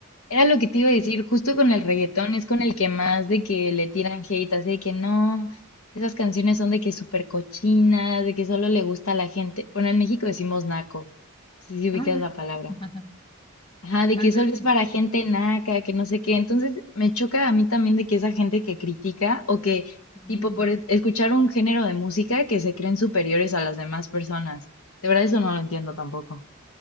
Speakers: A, on the left (about 80°); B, on the left (about 25°).
A: Era lo que te iba a decir, justo con el reggaetón es con el que más de que le tiran hate, así de que no, esas canciones son de que súper cochinas, de que solo le gusta a la gente. Bueno, en México decimos naco, no sé si ubicas
B: Ah,
A: la palabra.
B: <laughs>
A: Ajá, de
B: ah,
A: que
B: no,
A: solo
B: aquí
A: es para
B: no.
A: gente naca, que no sé qué. Entonces me choca a mí también de que esa gente que critica o que,
B: sí.
A: tipo, por e- escuchar un género de música que se creen superiores a las demás personas. De verdad eso no lo entiendo tampoco.